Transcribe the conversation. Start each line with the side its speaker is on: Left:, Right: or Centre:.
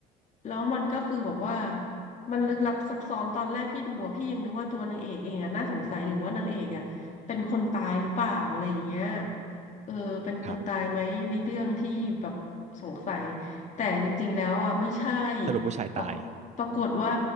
Left: แล้วมันก็คือแบบว่า มันลึกลับซับซ้อนตอนแรกพี่ดูอะพี่ยังนึกว่าตัวนางเอกเองอะน่าสงสัย หรือว่านางเอกอะเป็นคนตายหรือเปล่าอะไรอย่างเงี้ยเออเป็นคนตายไหมในเรื่องที่แบบสงสัย
Right: ครับ
Left: แต่จริงๆแล้วอะไม่ใช่
Right: สรุปผู้ชายตาย
Left: ปรากปรากฏว่า